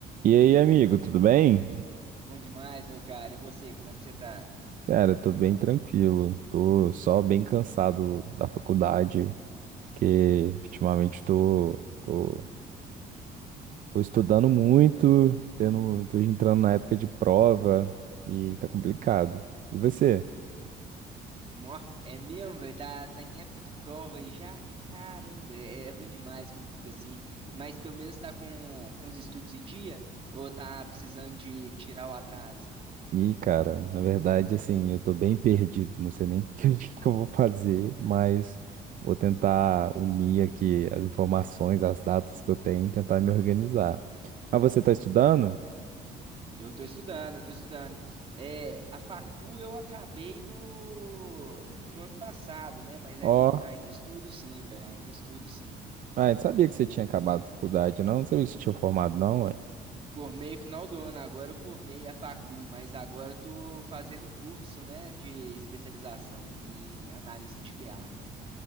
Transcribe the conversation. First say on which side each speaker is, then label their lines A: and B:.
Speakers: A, on the right (about 50°); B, on the right (about 35°).
A: E aí, amigo, tudo bem?
B: Bom demais, meu cara. E você, como é que você tá?
A: Cara, eu tô bem tranquilo. Tô só bem cansado da faculdade, que ultimamente tô, tô, tô estudando muito, tendo, tô entrando na época de prova e tá complicado. E você?
B: Nó, é mesmo, velho. Tá, tá em época de prova e já, caramba, é, é ruim demais quando fica assim. Mas pelo menos tá com, com os estudos em dia? Ou tá precisando de tirar o atraso?
A: E, cara, na verdade, assim, eu tô bem perdido, não sei nem <laughs> o que, que eu vou fazer, mas vou tentar unir aqui as informações, as datas que eu tenho e tentar me organizar. Ah, você tá estudando?
B: Eu tô estudando, eu tô estudando. É, a facu eu acabei no, no ano passado, né? Mas
A: Ó,
B: ainda, ainda estudo sim, velho. Ainda estudo sim.
A: Ah, eu sabia que você tinha acabado a faculdade, não? Não sabia que você tinha formado, não, ué.
B: Formei final do ano agora, eu formei a facu mas agora eu tô fazendo curso, né, de especialização em analista de QA,